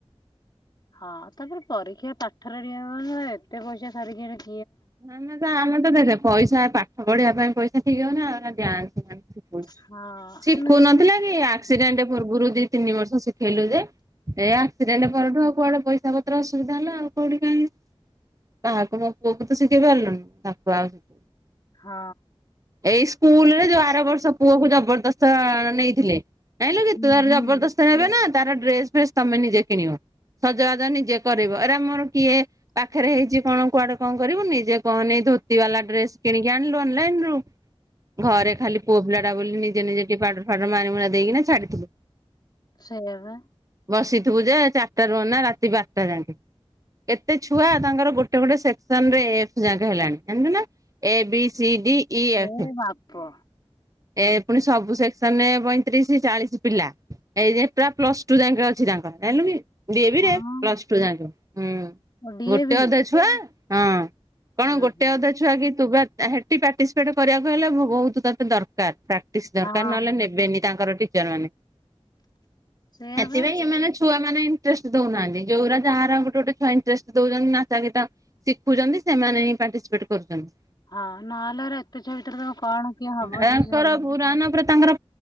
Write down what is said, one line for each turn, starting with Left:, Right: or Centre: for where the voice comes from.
Left: ହଁ ତାପରେ ପରୀକ୍ଷା ପାଠରେ ଟିକେ ଏତେ ପଇସା ସାରିକିରି
Right: ଆମେ ତ ଆମେ ତ ଦେଖେ ପଇସା ପାଠ ପଢିବା ପାଇଁ ପଇସା ଠିକ୍ ହଉନି ଅ ଅନା ଡାନ୍ସ ଶିଖୁଛି।
Left: ହଁ ଆ
Right: ଶିଖୁନଥିଲା
Left: ନୁହେଁ
Right: କି ଆକ୍ସିଡେଣ୍ଟ ପୂର୍ବରୁ ଦି ତିନି ବର୍ଷ ଶିଖେଇଲୁ ଯେ ଏ ଆକ୍ସିଡେଣ୍ଟ ପରଠୁ ଆଉ କୁଆଡେ ପଇସା ପଇସା ପତ୍ର ଅସୁବିଧା ହେଲା ଆଉ କୋଉଠି କାଁଇ କାହାକୁ ମୋ ପୁଅକୁ ଶିଖେଇ ପାରିଲୁନି ତାକୁ ଆଉ ଶିଖ
Left: ହଁ
Right: ଏଇ ସ୍କୁଲରେ ଯୋଉ ଆର ବର୍ଷ ପୁଅକୁ ଜବରଦସ୍ତ ନେଇଥିଲେ ଯାଇଁଲୁକି
Left: ହୁଁ
Right: ତୁର
Left: ହୁଁ।
Right: ଜବରଦସ୍ତ ନେବେ ନା ତାର ଡ୍ରେସ ଫ୍ରେସ୍ ତମେ ନିଜେ କିଣିବ। ସଜବାଜ ନିଜେ କରିବ ଏରା ମୋର କିଏ ପାଖରେ ହେଇଛି କଣ କୁଆଡେ କଣ କରିବୁ ନିଯେ କହନି ଧୋତି ବାଲା ଡ୍ରେସ କିଣିକି ଆଣିଲୁ ଅନଲାଇନରୁ ଘରେ ଖାଲି ପୁଅ ପିଲା ଟା ବୋଲି ନିଜେ ନିଜେ ଟି ପାଉଡର ଫାଉଡର ମାରିମୁରା ଦେଇକିନା ଛାଡିଥିଲି।
Left: ସେୟାବା
Right: ବସିଥିବୁ ଯେ ଚାରିଟା ରୁହନା ରାତି ବାରଟା ଯାଏଁକେ କେତେ ଛୁଆ ତାଙ୍କର ଗୋଟେ ଗୋଟେ ସେକ୍ ଶନ ରେ ଏଫ୍ ଯାକ ହେଲାଣି ଜାଣିଚୁ ନା A B C D E F
Left: ଏ ବାପ।
Right: ଏ ପୁଣି ସବୁ ସେକ୍ସନରେ ପଇଁତିରିଶ ଚାଳିଶ ପିଲା ଏଇ ଯେ ପ୍ରା ପ୍ଲସ ଟୁ ଯାଇକେ ଅଛି ତାଙ୍କର ଜାଇଲୁ କି ଡି ଏ
Left: ହଁ
Right: ଭି ରେ ପ୍ଲସ ଟୁ ଜାଁକ ହୁଁ
Left: ଓ ଡିଏ
Right: ଗୋଟେ
Left: ବି
Right: ଅଧେ ଛୁଆ ହଁ। କଣ
Left: ହୁଁ
Right: ଗୋଟେ
Left: ହୁଁ
Right: ଅଧେ ଛୁଆ କି ତୁ ବା ସେଠି ପାର୍ଟିସିପେଟ କରିବାକୁ ହେଲେ ବହୁତ ତତେ ଦରକାର ପ୍ରାକ୍ଟିସ ଦରକାର
Left: ହଁ
Right: ନହେଲେ ନେବେନି ତାଙ୍କର ଟିଚର ମାନେ
Left: ସେଇଆ
Right: ଏଥିପାଇଁ
Left: ବା
Right: ଏମାନେ ଛୁଆ ମାନେ ଇଣ୍ଟରେଷ୍ଟ ଦଉନାହାନ୍ତି ଯୋଉା ଯାହାର ଗୋଟେ ଗୋଟେ ଛୁଆ ଇଣ୍ଟରେଷ୍ଟ ଦଉଛନ୍ତି ନାଚ ଗୀତ ଶିଖୁଛନ୍ତି। ସେମାନେ ହି ପାଟିସିପେଟ କରୁଛନ୍ତି
Left: ହଁ ନହେଲେ ଏରା ଏତେ ଛୁଆ ଭିତରେ ତମେ କଣ କିଏ ହବ
Right: ହଁ
Left: ଯେ ସେ
Right: ତୋର
Left: ହୁଁ
Right: ପୁରାନା ପୁରା ତାଙ୍କର